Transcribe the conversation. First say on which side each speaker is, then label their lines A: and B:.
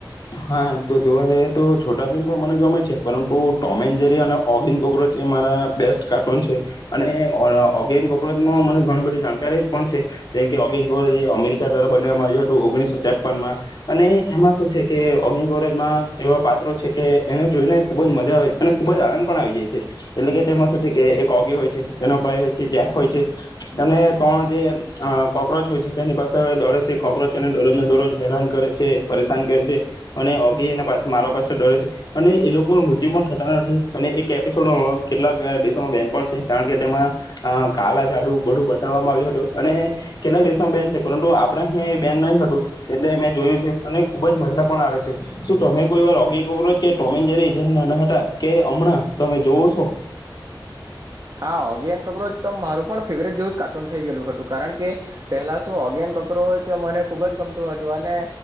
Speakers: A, on the left; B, on the right.
A: હા, એમ તો જોવા જઈએ તો છોટા ભમ પણ મને ગમે છે, પરંતુ ટોમે એન્જરી અને ઓગિન કોકરોચ એ મારા બેસ્ટ કાર્ટૂન છે અને ઓગિન કોકચ મને ઘણી બધી જાણકારી પણ છે જેમકે ઓગિંગ કોકચ અમેરિકા દ્વારા બનાવવામાં આવ્યું હતું ઓગણીસો ત્રેપનમાં અને એમાં શું છે કે ઓગિંગ કોરેજમાં એવા પાત્રો છે કે એને જોઈને ખૂબજ મજા આવે છે અને ખૂબજ આનંદ પણ આવી જાય છે, એટલે કે તેમાં શું છે કે એક ઓગી હોય છે, તેનો ભાઈ હોય છે, જેક હોય છે અને ત્રણ જે કોક્રોચ હોય છે, તેની પાસે દોડે છે કોક્રોચને દોરોજને દોરરોજ હેરાન કરે છે પરેશાન કરે છે અને ઓગી એ પા મારા પાછડ ડોરે છે અને એ લોકો મૃત્યુ પણ થતા નથી અને એક એપિસોડ કેટલાક દેશોમાં બેન પણ છે, કારણ કે તેમાં કાલા જાડુ બડું બતાવામાં આવ્યું હતું અને કેટલાક દેશોમાં બેન છે પરંતુ આપણે બેન નહી હતું એટલે મેં જોયું છે અને ખુબજ મજા આવે છે, શું તમે કોઈ વાર ઓગી કોકરોચ કે ટોમ એન જેરી જય્યારે નાના હતા કે હમણાં તમે જોવો છો?
B: હા, ઓગી એન્ડ કોકરોચ તો મારું પણ ફેવરેટ જેવું જ કાર્ટૂન થઈ ગયલું હતું, કારણ કે પેલા શું ઓગી એન્ડ કોકરોચ મને ખુબજ ગમતું હતું. તુ અને